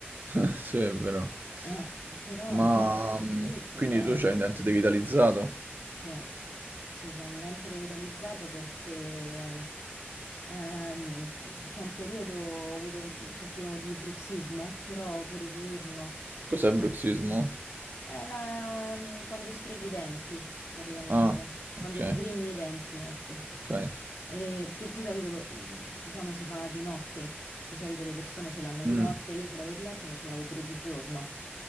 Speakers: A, on the right; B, on the left.
A: <laughs> Sì, è vero.
B: Eh, però,
A: Ma
B: madò,
A: mm,
B: brutto
A: quindi
B: però,
A: tu
B: eh.
A: c'hai un dente devitalizzato?
B: Sì, sì, c'è un dente devitalizzato perché... Ehm, c'è un periodo ho avuto, soffrivo di bruxismo, però pure diurno.
A: Cos'è
B: Non-
A: bruxismo?
B: è la- ehm, quando sfreghi i denti, praticamente,
A: Ah, ok,
B: quando digrigni i denti, ecco.
A: ok.
B: E che di solito, lo- mm, diciamo, si fa di notte. Di solito le persone ce l'hanno di
A: Mm,
B: notte, io ce l'avevo di notte, ma ce l'avevo pure di giorno.